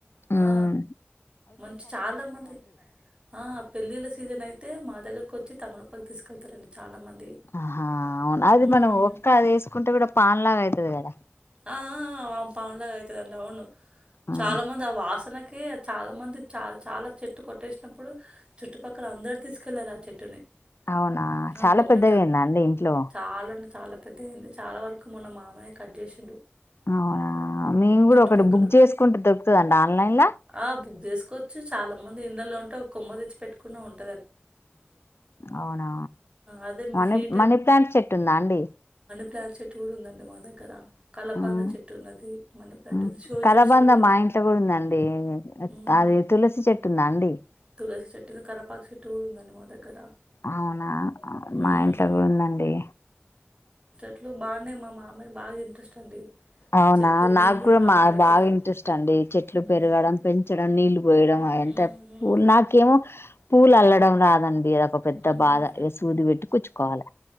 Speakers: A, on the left; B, on the right.
A: హమ్
B: ఆ మంచి చాలా మంది ఆ పెళ్ళిళ్ళ సీజన్ అయితే మా దగ్గరకు వచ్చి తమడుప్పకి తీసుకెళ్తారండి చాలా మంది
A: ఆహా అవును అది
B: ఉమ్,
A: మనం ఒక్క అది వేసుకుంటే కూడా పాన్లాగా అవుతుది కదా
B: ఆ ఆ పాంలాగా అయితుందంటడి అవును
A: కదా
B: చాలా మంది ఆ వాసన కె చాలా మంది చాల చాలా చెట్టు కొట్టేసినప్పుడు చుట్టుపక్కల అందరు తీసుకెళ్లారు ఆ చెట్టుని
A: అవునా
B: ఆ
A: చాలా
B: కొమ్మ
A: పెద్దవియిందా అండి ఇంట్లో
B: చాలా అంటే చాలా పెద్ద అయింది చాలా వరకు మొ మామయ్య కట్ చేసి
A: అవునా మేము కూడా
B: చుట్టుపక్కల
A: ఒకటి బుక్ చేసుకుంటే దొరుకుతుందండి ఆన్లైన్
B: ఆ బుక్ చేసుకోవచ్చు చాలా మంది ఇంలో ఉంటే ఒక కొమ్మ తెచ్చి పెట్కునే ఉంటా
A: అవునా
B: అదే మీ
A: మనీ
B: ఫ్రీ
A: మనీ ప్లాంట్ చెట్టు ఉందా అండి
B: ప్లాడ్ చెట్టు కూడా ఉందండి మా దగ్గర కలబంద
A: హ్మ్.
B: చెట్టు ఉన్నది మనది
A: హ్మ్.
B: షో
A: కలబంద
B: చెట్స్ కూడా ఉన్నాయి
A: మా ఇంట్లో కూడా ఉందండి
B: ఉమ్
A: అది తులసి చెెట్ందా అడి
B: తులసి చెట్టు ఉ కర్రపాక చెట్టు కూడా ఉందండి మా దగ్గర
A: అవునా మా
B: ఉమ్
A: ఇంట్లో కూడా ఉందండి
B: ఇట్లో బాగున్నాయి మా మామయి బాగా ఇంట్రెస్ట్ అండి
A: అవునా
B: ఈ చెట్లు
A: నాకు
B: మేము
A: కూడా
B: బాగానే
A: మా
B: పెంచుతాం
A: బాగా ఇంట్రెస్ట్ అండి చెట్లు
B: ఉమ్
A: పెరగడం పెంచడం నీళ్లు పోయడం ఆయన అంత
B: ఉమ్ ఉమ్
A: పూల్ నాకేమో పూల్ అల్లడం రాదుండి ఒక పెద్ద
B: ఉమ్,
A: బాధ ఇ సూది పెట్టి కుచ్చుకోవాల